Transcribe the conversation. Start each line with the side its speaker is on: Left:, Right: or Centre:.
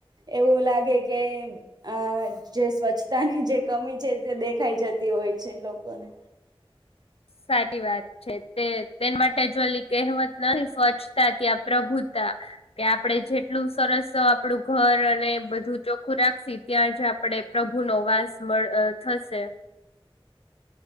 Right: એવું લાગે કે અહ જે સ્વચ્છતાની જે કમી છે દ દેખાઈ જતી હોય છે એ લોકોને.
Left: સાચી વાત છે. તે તેના માટે જો ઓલી કહેવત નથી સ્વચ્છતા ત્યાં પ્રભુ તા, કે આપડે જેટલું સરસ આપડું ઘર અને બધું ચોખ્ખું રાખશી ત્યાં જ આપડે પ્રભુ નો વાસ મ અહહ થશે.